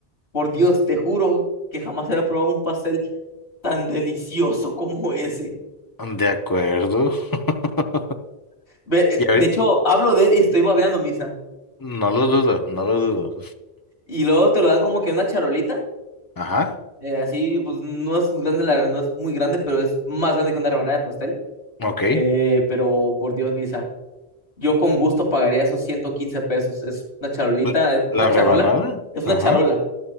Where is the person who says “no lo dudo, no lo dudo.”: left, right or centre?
Left